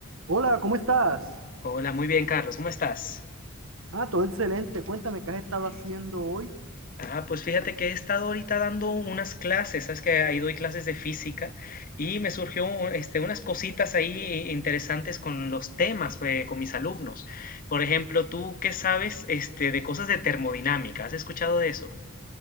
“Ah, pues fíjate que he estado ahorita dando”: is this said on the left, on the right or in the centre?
Left